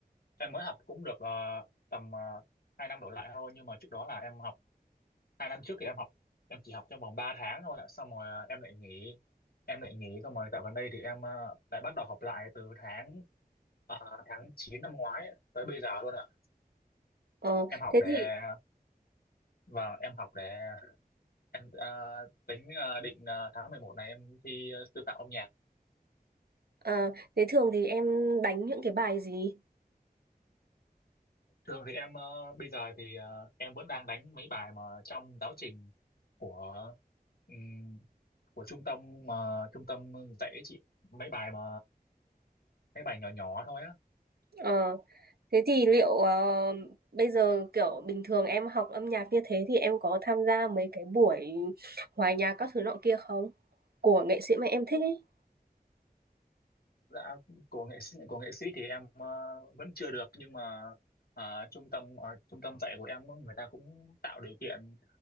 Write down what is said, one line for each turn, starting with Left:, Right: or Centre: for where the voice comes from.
Left: em mới học cũng được ờ, tầm uh, 2 năm đổ lại thôi nhưng mà trước đó là em học hai năm trước thì em học em chỉ học trong vòng 3 tháng thôi ạ xong rồi à, em lại nghỉ em lại nghỉ xong rồi dạo gần đây thì em à, lại bắt đầu học lại từ tháng à, tháng 9 năm ngoái ấy, tới bây giờ luôn ạ
Right: Ờ,
Left: em học
Right: thế
Left: để
Right: thì
Left: và em học để em à, tính à, định à, tháng 11 này em thi à, sư phạm âm nhạc
Right: ờ, thế thường thì em đánh những cái bài gì?
Left: thường thì em à, bây giờ thì à, em vẫn đang đánh mấy bài mà trong giáo trình của ừm, của trung tâm mà trung tâm dạy ấy chị mấy bài mà mấy bài nhỏ nhỏ thôi á
Right: Ờ, thế thì liệu ờ, bây giờ kiểu bình thường em học âm nhạc như thế thì em có tham gia mấy cái buổi hòa nhạc các thứ nọ kia không? Của nghệ sĩ mà em thích ấy.
Left: dạ của nghệ sĩ của nghệ sĩ thì em ờ, vẫn chưa được nhưng mà ờ, trung tâm ờ, trung tâm dạy của em người ta cũng tạo điều kiện